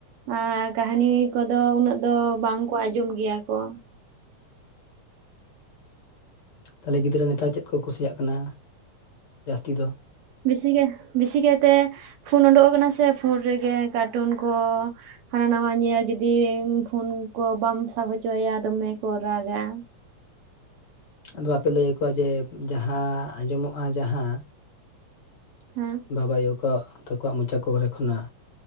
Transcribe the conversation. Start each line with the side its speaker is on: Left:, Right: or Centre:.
Right: ᱟᱨ ᱠᱟᱦᱱᱤ ᱠᱚᱫᱚ ᱩᱱᱟᱹᱜ ᱫᱚ ᱵᱟᱝ ᱠᱚ ᱟᱸᱡᱚᱢ ᱜᱮᱭᱟ ᱠᱚ᱾
Left: ᱛᱟᱦᱚᱞᱮ ᱜᱤᱫᱽᱨᱟᱹ ᱱᱮᱛᱟᱨ ᱪᱮᱫ ᱠᱚ ᱠᱩᱥᱤᱭᱟᱜ ᱠᱟᱱᱟ ᱡᱟᱹᱥᱛᱤ ᱫᱚ?
Right: ᱵᱮᱥᱤ ᱜᱮ ᱵᱮᱥᱤ ᱠᱟᱭᱛᱮ ᱯᱷᱳᱱ ᱳᱰᱳᱠ ᱟᱠᱟᱱᱟ ᱥᱮ ᱯᱷᱚᱱ ᱨᱮᱜᱮ ᱠᱟᱨᱴᱩᱱ ᱠᱚ᱾ ᱦᱟᱱᱟ ᱱᱟᱣᱟ ᱧᱮᱞ ᱡᱩᱫᱤ ᱯᱷᱩᱱ ᱠᱚ ᱵᱟᱢ ᱥᱟᱵ ᱦᱚᱪᱚ ᱟᱭᱟ ᱫᱚᱢᱮ ᱠᱚ ᱨᱟᱜᱟ
Left: ᱟᱫᱚ ᱵᱟᱯᱮ ᱞᱟᱹᱭ ᱟᱠᱚᱣᱟ ᱡᱮ ᱡᱟᱦᱟᱸ ᱟᱸᱡᱚᱢᱚᱜ-ᱟ ᱡᱟᱦᱟᱸ
Right: ᱦᱮᱸ
Left: ᱵᱟᱵᱟ ᱟᱭᱩ ᱠᱚ ᱛᱟᱠᱚᱣᱟᱜ ᱢᱚᱪᱟ ᱠᱚ ᱠᱚᱨᱮ ᱠᱷᱚᱱᱟᱜ